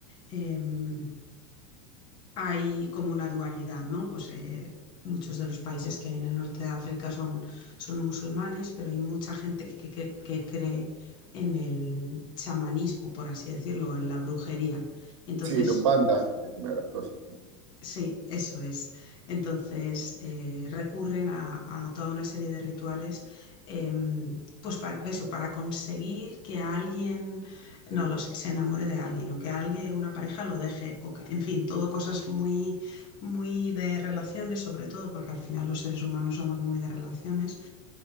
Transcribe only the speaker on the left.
em, hay como una dualidad, ¿no? Pues eh, muchos de los países que hay en el norte de África son, son musulmanes, pero hay mucha gente que, que- que cree en el chamanismo, por así decirlo, en la brujería. Entonces,
Sí, eso es. Entonces eh, recurren a, a toda una serie de rituales, em, pues para eso, para conseguir que alguien, no lo sé, se enamore de alguien o que alguien, una pareja lo deje, o que, en fin, todo cosas muy, muy de relaciones, sobre todo porque al final los seres humanos somos muy de relaciones